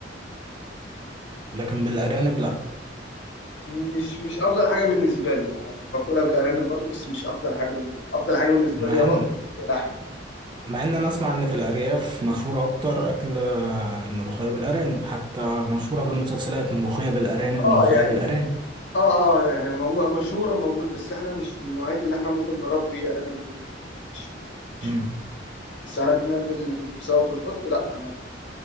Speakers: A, on the right; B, on the left.
A: لكن بالارانب لا
B: مش مش أفضل حاجة بالنسبة لي يعني باكلها بالأرانب برضه بس مش أفضل حاجة بالنسبة لي. أفضل حاجة بالنسبة
A: مع
B: لي يا بط
A: ان
B: يا لحمة
A: مع ان انا اسمع ان في الارياف مشهور اكتر اكل الملوخيه بالارانب حتى مشهوره في المسلسلات ملوخيه بالارانب
B: اه
A: ملوخيه
B: يعني
A: بالارانب
B: اه اه يعني مم- مشهورة موجود بس احنا مش من نوعية اللي احنا ممكن نربي ارانب والكلام ده كله، مش ما بنربيش
A: امم
B: بس انا بنعمل بسبب البط لا انا